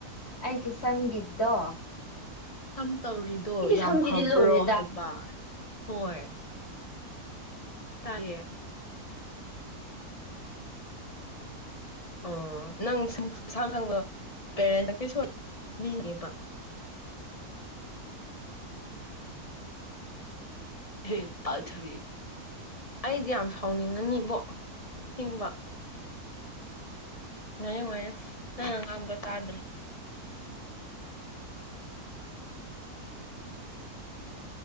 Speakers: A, on the left; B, on the left.
A: ꯑꯩꯒꯤ ꯁꯒꯗꯣ
B: ꯀꯝ ꯇꯧꯔꯤꯗꯣ ꯌꯥꯝ
A: ꯁꯝꯒꯤꯗꯤ
B: ꯐꯕ꯭ꯔꯣ
A: ꯂꯣꯏꯔꯦꯗ
B: ꯍꯥꯏꯕ ꯍꯣꯏ ꯇꯑꯦ ꯑꯣ ꯅꯪ ꯁꯨꯝ ꯏꯁꯁꯥꯝ ꯈꯪꯗꯣ ꯄꯦꯔꯦꯟ ꯅꯪ ꯀꯩ ꯁꯣꯟ ꯃꯤꯅꯦꯕ ꯍ ꯄꯥꯜꯊꯔꯤ ꯑꯩꯗꯤ ꯌꯥꯝ ꯁꯥꯎꯅꯤꯡꯉꯅꯤꯕꯣ ꯊꯤꯡꯕ ꯑꯌꯣ ꯑꯌꯣ ꯑ ꯉꯝꯕꯠꯇꯥ꯭ꯔꯦ